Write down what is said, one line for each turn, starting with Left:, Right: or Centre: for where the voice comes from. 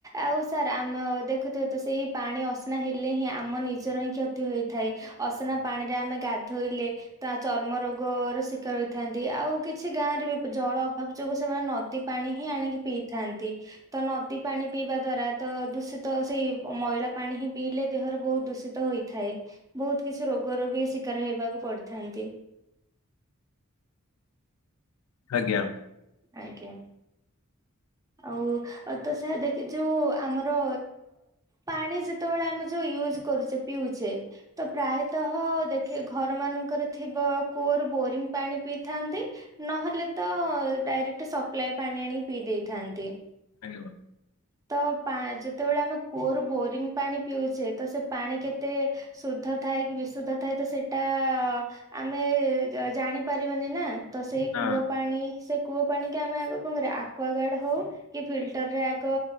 Right: ଆଉ ସାର୍ ଆମ ଦେଖୁଥିବ ତ ସେଇ ପାଣି ଅସନା ହେଲେ ହିଁ ଆମ ନିଜ ଉଚର ହିଁ କ୍ଷତି ହୋଇଥାଏ ଅସନା ପାଣିରେ ଆମେ ଗାଧୋଇଲେ ତା ଚର୍ମ ରୋଗ ର ଶିକାର ହୋଇଥାନ୍ତି ଆଉ କିଛି ଗାଁ ରେ ବି ଜଳ ଅଭାବ ଯୋଗୁ ସେମାନେ ନଦୀ ପାଣି ହିଁ ଆଣିକି ପିଇଥାନ୍ତି ତ ନଦୀ ପାଣି ପିଇବା ଦ୍ଵାରା ତ ଦୂଷିତ ସେଇ ମଇଳା ପାଣି ହିଁ ପିଇଲେ ଦେହର ବହୁତ ଦୂଷିତ ହୋଇଥାଏ ବହୁତ କିଛି ରୋଗର ବି ଶିକାର ହେବାକୁ ପଡିଥାନ୍ତି
Left: ଆଜ୍ଞା
Right: ଆଜ୍ଞା ଆଉ ତ ସେ ଦେଖ ଯୋଉ ଆମର ପାଣି ଯେତେବେଳେ ଆମେ ଯୋଉ ୟୁଜ କରୁଛେ ପିଉଛେ ତ ପ୍ରାୟତଃ ଦେଖି ଘର ମାନଙ୍କରେ ଥଥିବା କୂଅରୁ ବୋରିଂ ପାଣି ପିଇଥାନ୍ତି ନହେଲେ ତ ଡାଇରେକ୍ଟ ସପ୍ଲାଏ ପାଣି ଆଣି ପିଇ ଦେଇଥାନ୍ତି
Left: ଆଜ
Right: ତ ପା ଯେତେବେଳେ ଆମେ କୂଅରୁ ବୋରିଂ ପାଣି ପିଉଛେ ତ ସେ ପାଣି କେତେ ଶୁଦ୍ଧ ଥାଏ କି ବିଶୁଦ୍ଧ ଥାଏ ତ ସେଇଟା ଆମେ ଜାଣିପାରିବାନି ନା ତ ସେଇ
Left: ନା
Right: କୂଅ ପାଣି ସେ କୂଅ ପାଣିିକ ଆମେ ଆଗ କଣ କରିବା ଆକ୍ୱ ଗାର୍ଡ ହଉ କି ଫିଲଟର ରେ ଆଗ